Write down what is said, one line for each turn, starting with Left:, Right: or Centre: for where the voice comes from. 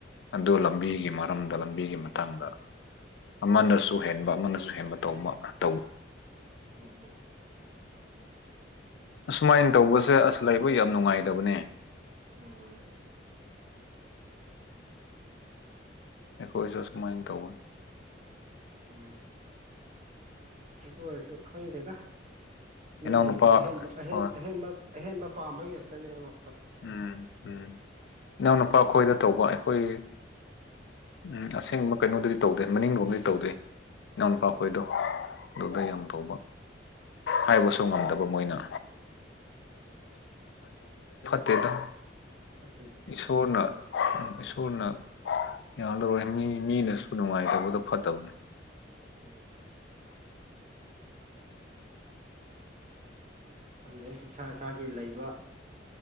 Left: ꯑꯗꯨ
Right: ꯎꯝ
Left: ꯂꯝꯕꯤꯒꯤ ꯃꯔꯝꯗ ꯂꯝꯕꯤꯒꯤ ꯃꯇꯥꯡꯗ
Right: ꯎꯝ
Left: ꯑꯃꯅꯁꯨ ꯍꯦꯟꯕ ꯑꯃꯅꯁꯨ ꯑꯦꯟꯕ ꯇꯧꯕ ꯑꯃ
Right: ꯎꯝ ꯎꯝ
Left: ꯑꯁꯨꯃꯥꯏꯅ
Right: ꯈꯪꯗꯦꯗ
Left: ꯇꯧꯕꯁꯦ ꯑꯁ ꯂꯩꯕ ꯌꯥꯝ ꯅꯨꯡꯉꯥꯏꯇꯕꯅꯤ
Right: ꯎꯝ
Left: ꯑꯩꯈꯣꯏꯁꯨ ꯁꯨꯃꯥꯏꯅ ꯇꯧꯋ
Right: ꯎꯝ ꯑꯁ ꯑꯗꯨ ꯑꯣꯏꯔꯁꯨ ꯈꯪꯗꯦꯗ ꯃꯤꯁꯤꯡꯁꯦ
Left: ꯏꯅꯥꯎꯅꯨꯄꯥ
Right: ꯑꯍꯦꯟꯕ ꯑꯍꯦꯟ
Left: ꯍꯣꯏ
Right: ꯑꯍꯦꯟꯕ ꯑꯍꯦꯟꯕ ꯄꯥꯝꯕ ꯉꯥꯛꯛꯇꯅꯦꯕ
Left: ꯎꯝ ꯎꯝ ꯏꯅꯥꯎꯅꯨꯄꯥ ꯑꯩꯈꯣꯏꯗ ꯇꯧꯕ ꯑꯩꯈꯣꯏ ꯎ ꯑꯁꯦꯡꯕ ꯀꯩꯅꯣꯗꯗꯤ ꯇꯧꯗꯦ ꯃꯅꯤꯡꯂꯣꯝꯗꯤ ꯇꯧꯗꯦ ꯏꯥꯟꯄꯥꯛꯈꯣꯏꯗꯣ
Right: ꯎꯝ
Left: ꯑꯗꯨꯗ
Right: ꯎꯝ
Left: ꯌꯥꯝ ꯇꯧꯕ ꯍꯥꯏꯕꯁꯨ ꯉꯝꯗꯕ ꯃꯣꯏꯅ
Right: ꯎꯝ <unintelligible> <inaudible>
Left: ꯅꯠꯇꯦꯗ
Right: ꯐꯠꯇꯦꯗ
Left: ꯏꯁꯣꯔꯅ
Right: ꯌꯥꯗꯦꯗ
Left: ꯎ ꯏꯁꯣꯔꯅ ꯌꯥꯗꯧꯔꯣꯏ ꯃꯤ ꯃꯤꯅꯁꯨ ꯅꯨꯡꯉꯥꯏꯇꯕꯗ ꯐꯠꯇꯕꯅꯦ
Right: ꯎꯝ ꯈꯪꯗꯦ ꯏꯁꯥ ꯏꯁꯥꯒꯤ ꯂꯩꯕ